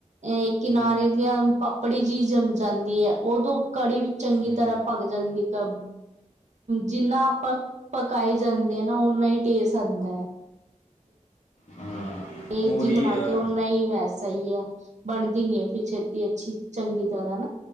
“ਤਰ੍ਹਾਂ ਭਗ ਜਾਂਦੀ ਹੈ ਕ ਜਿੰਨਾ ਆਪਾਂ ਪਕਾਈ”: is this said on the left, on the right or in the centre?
Right